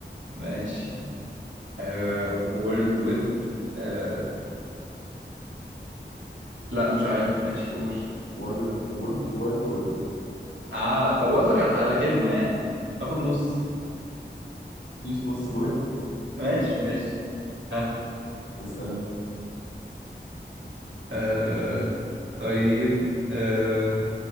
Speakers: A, on the right; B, on the left.
A: ماشي آه وورلد ويب آه لا مش عارف ماشي قول
B: وورلد وورلد وايد ويب
A: آه طب وافقك على على كلمة يعني آخد نص
B: مفيش نص بوينت
A: ماشي ماشي <laughs>
B: اسألني
A: آه طيب آه